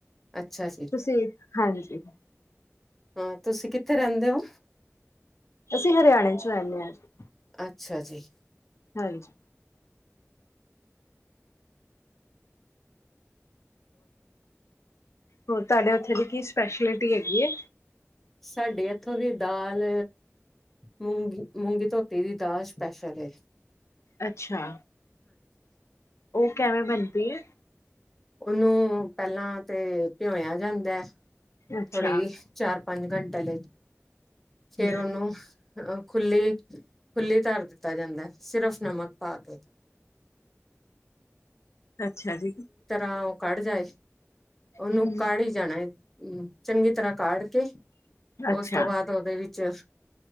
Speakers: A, in the centre; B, on the left (about 70°).
A: ਅੱਛਾ ਜੀ,
B: ਤੁਸੀਂ ਹਾਂਜੀ,
A: ਹਾਂ ਤੁਸੀਂ ਕਿੱਥੇ ਰਹਿੰਦੇ ਹੋ?
B: ਅਸੀਂ ਹਰਿਆਣੇ ਚ ਰਹਿੰਨੇ ਆ ਜੀ,
A: ਅੱਛਾ ਜੀ,
B: ਹਾਂਜੀ, ਹੋਰ ਤੁਹਾਡੇ ਉਥੇ ਦੀ ਕੀ ਸਪੈਸ਼ਲਿਟੀ ਹੈਗੀ ਐ।
A: ਸਾਡੀ ਇੱਥੋਂ ਦੀ ਦਾਲ ਮੂੰਗੀ ਮੂੰਗੀ ਧੋਤੀ ਦੀ ਦਾਲ ਸਪੈਸ਼ਲ ਐ।
B: ਅੱਛਾ, ਉਹ ਕਿਵੇਂ ਬਣਦੀ ਹੈ।
A: ਉਹਨੂੰ ਪਹਿਲਾਂ ਤੇ, ਭਿਉਇਆ ਜਾਂਦਾ
B: ਅੱਛਾ
A: ਥੋੜ੍ਹੀ ਜੀ ਚਾਰ ਪ ਪੰਜ ਘੰਟੇ ਲਈ, ਫੇਰ
B: ਹਮ
A: ਔਨੂੰ, ਅਹ ਖੁੱਲੀ-ਖੁੱਲੀ ਧਰ ਦਿੱਤਾ ਜਾਂਦਾ ਸਿਰਫ ਨਮਕ ਪਾ ਕੇ,
B: ਅੱਛਾ ਜੀ,
A: ਹਾਂ ਉਹ ਕੜ ਜਾਏ। ਉਹਨੂੰ
B: ਹਮ
A: ਕੜ ਹੀ ਜਾਣਾ ਐ। ਹੂੰ, ਚੰਗੀ ਤਰ੍ਹਾਂ ਕਾੜ ਕੇ,
B: ਅੱਛਾ
A: ਉਸ ਤੋਂ ਬਾਅਦ ਉਹਦੇ ਵਿੱ ਅ